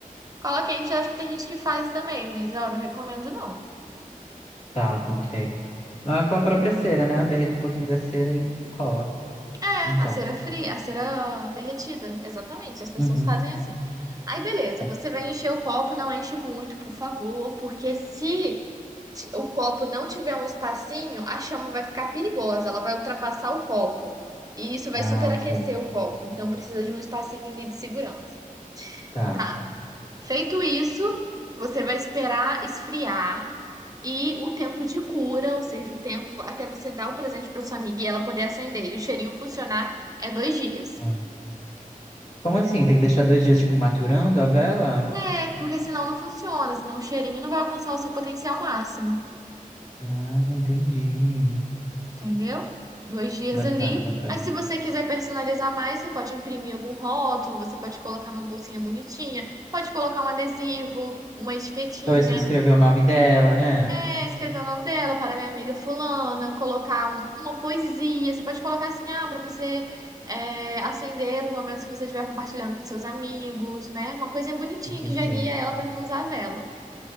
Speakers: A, on the right; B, on the left.
A: cola quente, eu acho que tem gente que faz também, mas ó, não recomendo não.
B: Tá, ok. Ah, com a própria cera, né? Eu derreto um pouquinho da cera e cola.
A: É,
B: Então.
A: a cera fria, a cera derretida, exatamente. As pessoas
B: Uhum.
A: fazem assim. Aí, beleza,
B: Tá.
A: você vai encher o copo, não enche muito, por favor, porque se ti- o copo não tiver um espacinho, a chama vai ficar perigosa, ela vai ultrapassar o copo. E isso vai
B: Ah,
A: superaquecer
B: ok.
A: o copo, então precisa de um espacinho ali de segurança.
B: Tá.
A: Tá. Feito isso, você vai esperar esfriar e o tempo de cura, ou seja, o tempo até você dar o presente para sua amiga e ela poder acender e o cheirinho funcionar, é dois dias.
B: Ah. Como assim? Tem que deixar dois dias, tipo, maturando a vela?
A: É, porque senão não funciona, senão o cheirinho não vai alcançar o seu potencial máximo,
B: Ah, entendi.
A: entendeu? Dois dias
B: Bacana,
A: ali.
B: bacana.
A: Aí, se você quiser personalizar mais, você pode imprimir algum rótulo, você pode colocar numa bolsinha bonitinha, pode colocar um adesivo, uma etiquetinha.
B: Talvez escrever o nome dela, né?
A: É, escrever o nome dela para minha amiga fulana, colocar um- uma poesia. Você pode colocar assim, ah, para você é, acender nos momentos que você estiver compartilhando com seus amigos, né? Uma coisinha bonitinha
B: Entendi.
A: que já guia ela para como usar a vela.